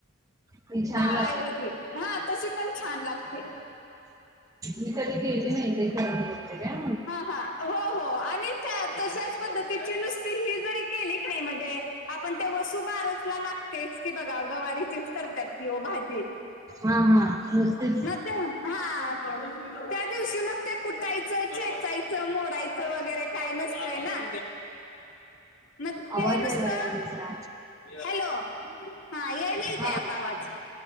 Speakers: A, on the right; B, on the left.
A: ती छान
B: डाळाऐवजी
A: लागते
B: हा तशी पण छान लागते.
A: मी कधी गेली नाही तरी, करुन बघते घ्या.
B: हा हा हो.. हो.. आणि त्या तशाच पद्धतीची नुसती. ही जरी केली कणी म्हणजे, आपण ते वसुबारसला लागतेच की, बघा गवारीचीच करत्यात की हो भाजी.
A: हां हां.. नुसतीचं.
B: हां.. त्या दिवशी मग ते, कुटायचं चेचायचं मोडायचं. वगैरे काही नसतंय ना. मग ते
A: आवाज
B: नुसत,
A: यायला लागला दुसरा
B: हॅलो.. यायले
A: हा
B: काय. आवाज.